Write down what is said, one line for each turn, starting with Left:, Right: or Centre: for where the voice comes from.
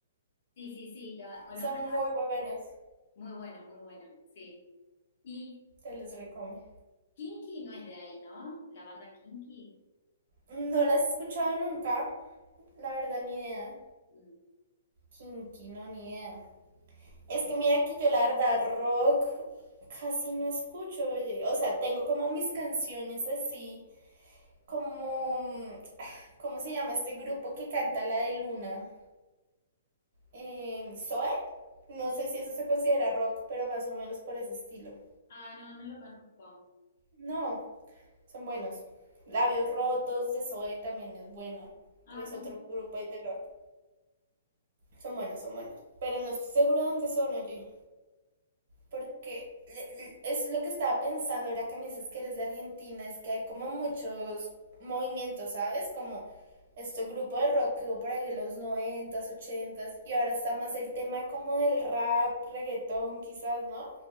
Left: Sí, sí, sí, lo conozco,
Right: Son muy buenos,
Left: muy bueno, muy bueno, sí. y
Right: te los recomiendo.
Left: Kinky no es de ahí, ¿no? La banda Kinky.
Right: No las he escuchado nunca, la verdad, ni idea.
Left: Mm.
Right: Kinky, no, ni idea. Es que mira que yo la verdad rock casi no escucho, oye. O sea, tengo como mis canciones así, como, mm, ¿cómo se llama este grupo que canta la de Luna? Eh, ¿Zoe? No sé si eso se considera rock, pero más o menos por ese estilo.
Left: Ah, no, no lo conozco.
Right: No, son buenos. Labios Rotos de Zoe también es buena.
Left: Ah,
Right: Es
Left: tampoco.
Right: otro grupo ahí de rock. Son buenos, son buenos. Pero no estoy seguro de dónde son, oye. porque es lo que estaba pensando ahora que me dices que eres de Argentina, es que hay como muchos movimientos, ¿sabes? Como este grupo de rock que hubo por ahí en los noventas, ochentas, y ahora está más el tema como del rap, reggaetón quizás, ¿no?